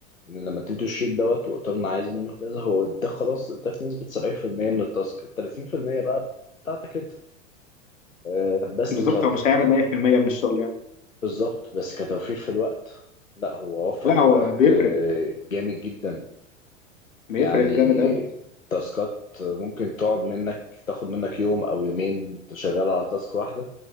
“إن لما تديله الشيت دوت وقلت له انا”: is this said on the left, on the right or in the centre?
Left